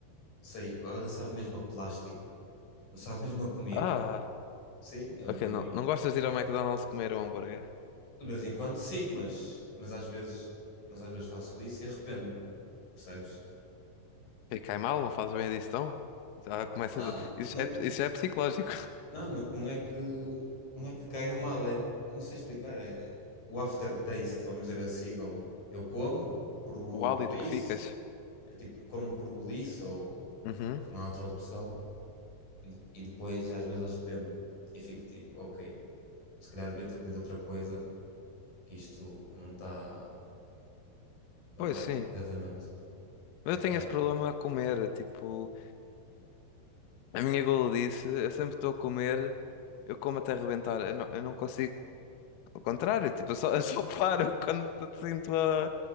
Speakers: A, on the left; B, on the left.
A: Não sei, agora sabe mesmo a plástico, não sabe mesmo a comida.
B: Ah,
A: Sim, a,
B: ok,
A: a mim.
B: não, não gostas de ir ao McDonald's comer um hambúrguer?
A: De vez em quando sim mas, mas às vezes, mas às vezes faço isso e arrependo-me, percebes?
B: Ele cai mal, não faz bem a digestão? Já começas
A: Ah,
B: a... isso,
A: não,
B: já é, isso já é psicológico. <laughs>
A: não, não, não é que não é que caia mal, é, não sei explicar, é o aftertaste, vamos dizer assim, ou eu como por golice,
B: O hálito que ficas.
A: é tipo como por golice ou
B: Uhum.
A: por- não há outra opção e, e depois às vezes arrependo-me e fico tipo, ok, se calhar devia ter comido outra coisa, que isto não está, não
B: Pois
A: está
B: sim.
A: exatamente,
B: Mas
A: fica
B: eu tenho esse problema a comer. Tipo, a minha gula eu sempre estou a comer, eu como até arrebentar. Eu não, eu não consigo. Ao contrário, tipo, eu só, <laughs> eu só paro quando t- sinto a,